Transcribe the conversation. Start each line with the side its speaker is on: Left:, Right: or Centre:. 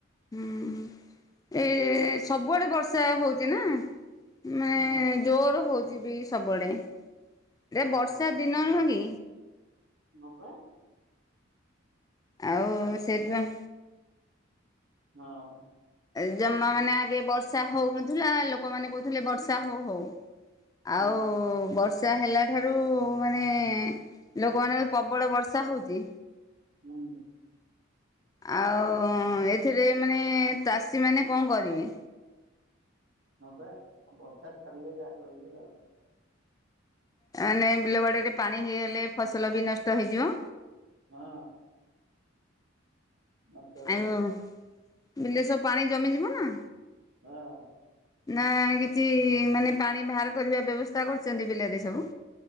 Left: ହୁଁ ଏ ସବୁଆଡେ ବର୍ଷା ହଉଚି ନା। ମାନେ
Right: ହଁ।
Left: ଜୋର ହଉଚି ବି ସବୁବେଳେ <unintelligible>
Right: ହଁ
Left: ବର୍ଷା ଦିନ ନୁହେଁ କି।
Right: ହଁ ବା।
Left: ଆଉ
Right: ବର୍ଷା ଦିନ।
Left: ସେଇଥିପାଇଁ
Right: ହଁ।
Left: ଜମା ମାନେ ଆଗେ ବର୍ଷା ହଉନଥିଲା ଲୋକମାନେ କହୁଥିଲେ ବର୍ଷା ହଉ-ହଉ।
Right: ହଁ
Left: ଆଉ ବର୍ଷ ବର୍ଷା ହେଲାଠାରୁ ମାନେ ଲୋକମାନଙ୍କ ପ୍ରବଳ ବର୍ଷା ହଉଚି।
Right: ହୁଁ।
Left: ଆଉ
Right: ହଁ
Left: ଏଥିରେ ମାନେ ତାଷୀ ମାନେ କଣ କରିବେ।
Right: ହଁ ବା ବର୍ଷା ଛାିଡିଲେ ଯାହା କରିବି ଆଉ।
Left: ମାନେ ବିଲ ବାଡରେ ପାଣି ହେଇଗଲେ ଫସଲ ବି ନଷ୍ଟ ହେଇଯିବ।
Right: ହଁ। ନଷ୍ଟ ହେଇଯିବ
Left: ଆଉ
Right: ପା
Left: ବିଲେଶ ପାଣି ଜମି ଯିବ ନା
Right: ହଁ।
Left: ନା କିଛି ମାନେ ପାଣି ବାହାର କରିବା ବ୍ୟବସ୍ଥା କରୁଚନ୍ତି ବିଲରେ ସବୁ?